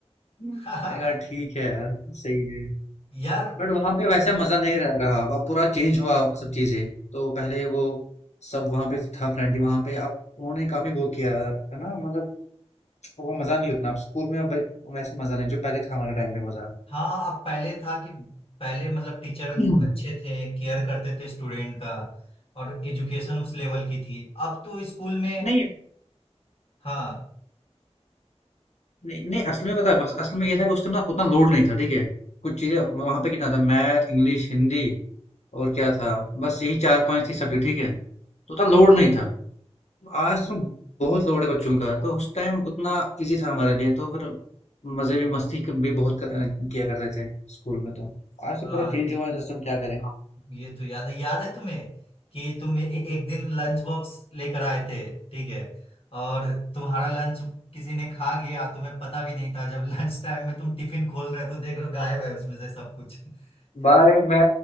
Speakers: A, on the left; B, on the left.
A: मैंने
B: <laughs>
A: कहा ठीक है यार सही है
B: यार
A: बट वहां पे वैसा मजा नहीं रह रहा अब पूरा चेंज हुआ वो सब चीजें तो पहले वो सब वहां पे था फ्रेंडली वहां पे अब उन्होंने काफी वो किया है ना मतलब वो मजा नहीं उतना अब स्कूल में अब वैसे मजा नहीं जो पहले था हमारे टाइम पे मजा
B: हाँ अब पहले था कि पहले मतलब टीचर
A: हम्म।
B: अच्छे थे केयर करते थे स्टूडेंट का और एजुकेशन उस लेवल की थी अब तो स्कूल में
A: नहीं
B: हाँ
A: नहीं नहीं असल में पता है बस असल में ये था कि उस टाइम ना उतना लोड नहीं था ठीक है कुछ चीजें वहां पे कितना था मैथ इंग्लिश हिंदी और क्या था बस यही चार पांच थी सब्जेक्ट ठीक है तो उतना लोड नहीं था आज तो बहुत लोड है बच्चों का तो उस टाइम उतना इजी था हमारे लिए तो फिर मजे भी मस्ती क- भी बहुत कर, किया करते थे स्कूल में तो आज तो
B: हाँ
A: पूरा चेंज हुआ है सिस्टम क्या करें
B: ये तो याद है याद है तुम्हें कि तुम ए, ए- एक दिन लंच बॉक्स लेकर आए थे ठीक है और तुम्हारा लंच किसी ने खा गया तुम्हें पता भी नहीं था जब <laughs> लंच टाइम में तुम टिफिन खोल रहे हो तो देख रहे हो गायब है उसमें से सब कुछ <laughs>
A: भाई मैं